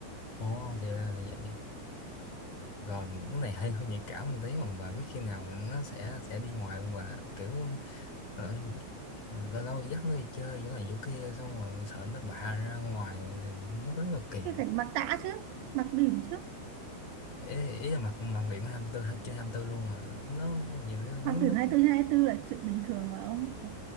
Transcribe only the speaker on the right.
thì phải mặc tã chứ mặc bỉm chứ
mặc
bỉm hai
tư trên hai tư là chuyện bình thường mà ông